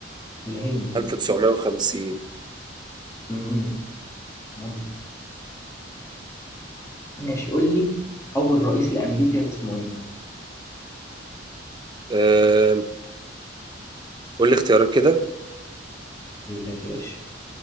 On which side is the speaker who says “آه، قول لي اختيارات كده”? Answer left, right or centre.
Right